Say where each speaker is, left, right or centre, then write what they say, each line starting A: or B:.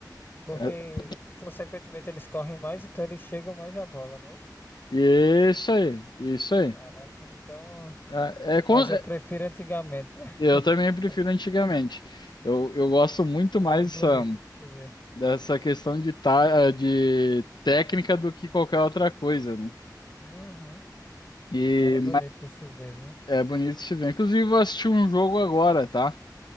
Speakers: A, on the left (about 30°); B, on the left (about 75°).
A: Porque,
B: É-
A: consequentemente, eles correm mais, então eles chegam mais à bola, não é isso?
B: Isso aí, isso aí.
A: Caraca, então.
B: É, é
A: Mas
B: con-
A: eu
B: é-
A: prefiro antigamente, né? <laughs>
B: eu também prefiro antigamente. Eu, eu gosto muito mais
A: Era bonito
B: dessa,
A: de se ver.
B: dessa questão de, ta, de técnica do que qualquer outra coisa, né?
A: Uhum.
B: E,
A: Era bonito de se ver, viu?
B: É bonito se ver. Inclusive, vou assistir um jogo agora, tá?